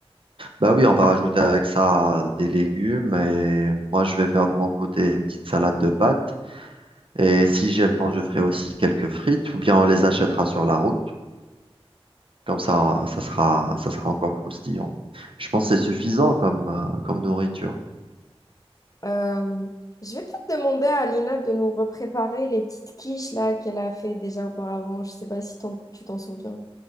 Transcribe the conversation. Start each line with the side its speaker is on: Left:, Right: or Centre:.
Right: Bah oui, on va rajouter avec ça des légumes et moi je vais faire de mon côté une petite salade de pâtes. Et si j'ai le temps, je ferai aussi quelques frites ou bien on les achètera sur la route. Comme ça, ça sera, ça sera encore croustillant. Je pense que c'est suffisant comme, euh, comme nourriture.
Left: Euh, je vais peut-être demander à Lina de nous repréparer les petites quiches là qu'elle a fait déjà auparavant. Je sais pas si t'en- tu t'en souviens.